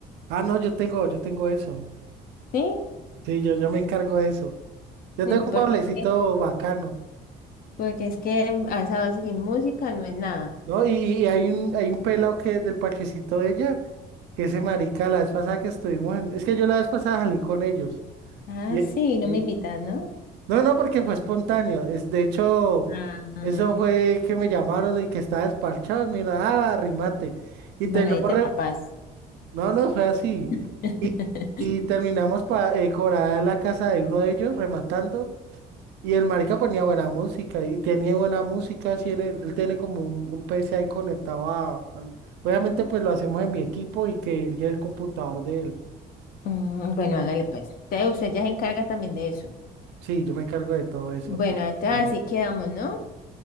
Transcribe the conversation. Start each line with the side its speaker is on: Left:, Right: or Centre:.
Right: Ah, no, yo tengo, yo tengo eso.
Left: ¿sí?
Right: Sí, yo, yo me encargo de eso. Yo
Left: Mm,
Right: tengo un
Left: Porque,
Right: pablecito
Left: es que-
Right: bacano.
Left: porque es que mm, a esa sin música no es nada.
Right: ¿no? Y, y hay un, hay un pelado que del parchecito de ella, que ese marica, la vez pasada que estuvimos en... Es que yo la vez pasada salí con ellos.
Left: Ah,
Right: Y,
Left: sí, no
Right: y-
Left: me invitas, ¿no?
Right: No, no, porque fue espontáneo. Es, de hecho,
Left: Ah,
Right: eso fue que me llamaron y que estaba despachado y mira, ah, arrimate. Y
Left: bueno,
Right: terminamos...
Left: ahí te
Right: re-
Left: la paz.
Right: No, no, fue así.
Left: <laughs>
Right: Y, y terminamos para cobrar la casa de uno de ellos, rematando. Y el marica ponía buena música y tenía buena música, así en el- él tiene como un, un PC ahí conectado a... al- Obviamente pues lo hacemos en mi equipo y que él lleve el computador de él.
Left: Mm, bueno, hágale pues. Entonces usted ya se encarga también de eso.
Right: Sí, yo me encargo de todo eso.
Left: Bueno,
Right: ¿no?
Left: entonces
Right: Ajá.
Left: así quedamos, ¿no?